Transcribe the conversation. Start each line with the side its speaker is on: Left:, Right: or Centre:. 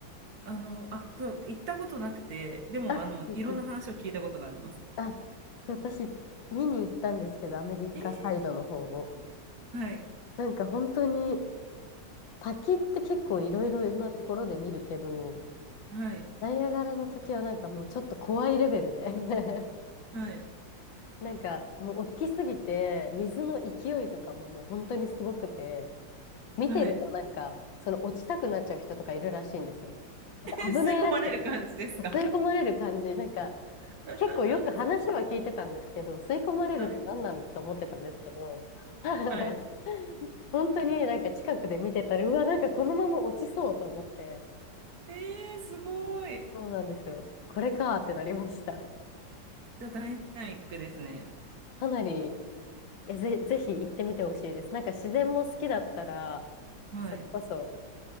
Right: あの、あ、そう、行ったことなくて、でも、
Left: あうん
Right: あの、いろんな話を聞いたことがあります。
Left: <laughs> あ、そう私、見に行ったんですけど、アメリカサイドの方を。
Right: えーはい。
Left: なんか本当に、滝って結構いろいろなところで見るけど、
Right: はい。
Left: ナイアガラの滝はなんかもうちょっと怖いレベルで <laughs>
Right: はい。
Left: なんかもう大きすぎて、水の勢いとかももう本当にすごくて、見てるとなんか、
Right: はい。
Left: その落ちたくなっちゃう人とかいるらしいんですよ。なんか危ないらしくて、
Right: えー、<laughs> 吸い込まれる感じですか
Left: 吸い込まれる感じ、なんか、
Right: <laughs>
Left: 結構よく話は聞いてたんですけど、吸い込まれるって何なんだと思ってたんですけど、
Right: はい。
Left: <laughs>
Right: はい。
Left: 本当になんか近くで見てたら、うわ、なんかこのまま落ちそうと思って、
Right: えー、すごい。
Left: そうなんですよ。これかーってなりました。
Right: じゃあ、ダイナミックですね。
Left: かなり、え、ぜ、ぜひ行ってみてほしいです。なんか自然も好きだったら、
Right: はい。
Left: それこそ、